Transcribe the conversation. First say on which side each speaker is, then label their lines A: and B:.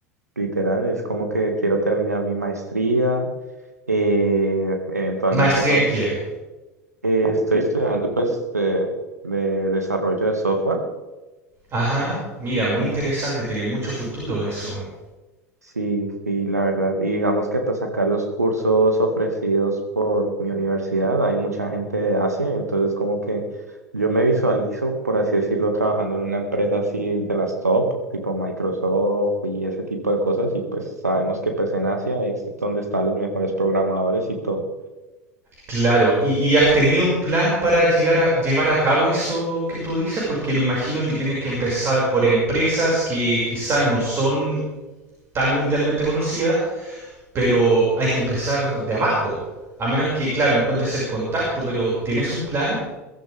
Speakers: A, on the right (about 85°); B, on the right (about 30°).
A: literal, es como que quiero terminar mi maestría, eh, eventualmente
B: ¿Maestría
A: cons-
B: en qué?
A: eh, estoy estudiando pues de, de desarrollo de software
B: Ajá, mira, muy
A: y
B: interesante, tiene mucho futuro eso.
A: Sí, sí, la verdad. Y digamos que pues acá los cursos ofrecidos por mi universidad, hay mucha gente de Asia y entonces como que yo me visualizo, por así decirlo, trabajando en una empresa así de las top, tipo Microsoft y ese tipo de cosas y pues sabemos que pues en Asia es donde están los mejores programadores y todo.
B: Claro, ¿y, y has tenido un plan para llegar a llevar a cabo eso que tú dices? Porque me imagino que tienes que empezar por empresas que quizás no son tan mundialmente conocidas, pero hay que empezar de abajo. A menos que, claro, encuentres el contacto, pero ¿tienes un plan?